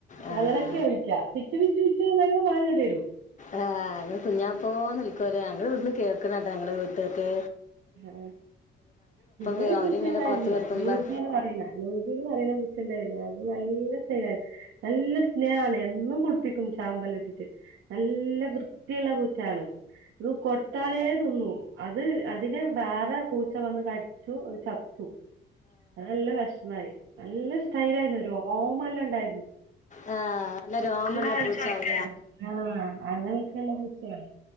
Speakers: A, on the left; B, on the right.
A: ആ,
B: അങ്ങനൊക്കെ വിളിക്കാ പിച്ചു പിച്ചു ച്ചു <unintelligible> പാഞ്ഞോടി വരും
A: ആ അ കുഞാപ്പോ ന്ന് വിളിക്കും ഞങ്ങള് ഇവിട്ന്ന് കേക്ക്ണ ട്ടോ ഞങ്ങളെ വീ ട്ട്ക്ക്
B: ആ പിന്നൊരു
A: വരും. അവരിങ്ങനെ
B: പൂച്ചണ്ടായിര്ന്നു
A: പുറത്ത് കിടക്കുമ്പോൾ
B: ലൂസിന്ന് പറയുന്നെ ലൂസിന്ന് പറയുന്ന പൂച്ചണ്ടായിരുന്നു നല്ല സൈലായി നല്ല സ്നേഹാണ് എന്നും കുളിപ്പിക്കും ശാമ്പല്ലംട്ടിട്ട് നല്ല വൃത്തിയുള്ള പൂച്ചാണ് ഇത് കൊടുത്താലേ തിന്നു അത് അതിന് വേറെ പൂച്ച വന്ന് കടിച്ചു അത് ച ത്തു അത് നല്ല വെഷ്മായി നല്ല സ്റ്റൈലായിരുന്നു രോമല്ലണ്ടായിരുന്നു
A: ആ നല്ല രോമള്ള
B: ചോദിക്കായിരുന്നു
A: പൂച്ചാവും
B: അതിനെ കുറിച്ച് ആഹ് അങ്ങനെയൊക്കെയുള്ള പൂച്ചയാണ്